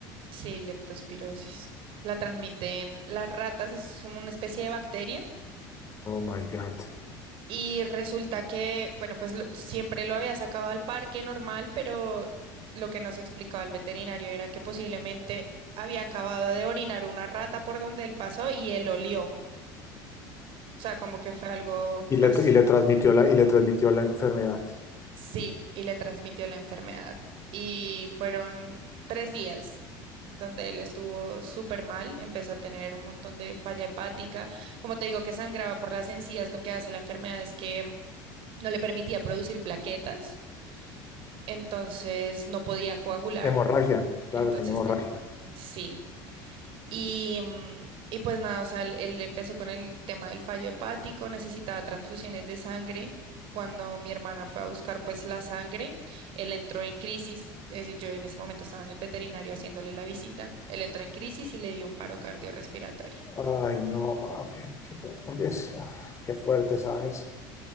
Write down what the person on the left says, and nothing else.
Oh my God.
Y le,
y le transmitió la, y le transmitió la enfermedad.
Hemorragia, claro,
tenía hemorragia.
Ay, no, mafe, qué, co- por qué es- ah, qué fuerte, ¿sabes?